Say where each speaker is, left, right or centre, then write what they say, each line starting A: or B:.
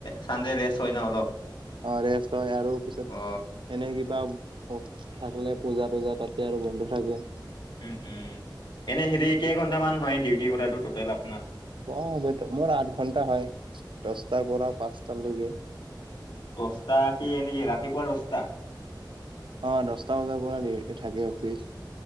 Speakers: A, on the left (about 70°); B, on the right (about 85°).
A: চানডে ৰেষ্ট হয় ন অলপ
B: অ ৰেষ্ট হয় আৰু পিছত
A: অ
B: এনে কিবা অ থাকিলে পূজা টজা তাতে আৰু বন্ধ থাকে
A: উম উম এনে হেৰি কেইঘন্টামান হয় ডিউটি কৰাটো টটেল আপোনাৰ
B: অ মোৰ আঠ ঘন্টা হয় দহটাৰ পৰা পাঁচটালৈকে
A: দছটা কি নেকি ৰাতিপুৱা দছটা
B: অ দহটা বজাৰ পৰা থাকে অফিচ